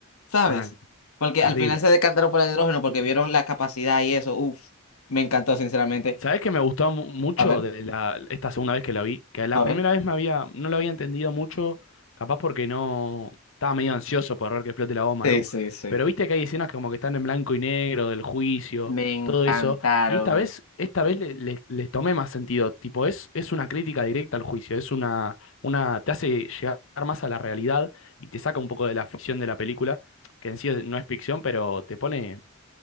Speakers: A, on the left; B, on the left.
A: ¿sabes?
B: mal,
A: Porque
B: terrible.
A: al final se decantaron por el hidrógeno porque vieron la capacidad y eso. Uf, me encantó, sinceramente.
B: ¿Sabés que me gustó mu- mucho
A: A ver,
B: de la, esta segunda vez que la vi? Que la
A: a
B: primera
A: ver.
B: vez me había, no lo había entendido mucho, capaz porque no estaba medio ansioso por ver que explote la bomba,
A: Sí,
B: ¿no?
A: sí, sí.
B: Pero viste que hay escenas que como que están en blanco y negro, del juicio,
A: Me encantaron.
B: todo eso. Y esta vez, esta vez le- le- les tomé más sentido. Tipo, es, es una crítica directa al juicio, es una, una, te hace llegar más a la realidad y te saca un poco de la ficción de la película, que en sí no es ficción, pero te pone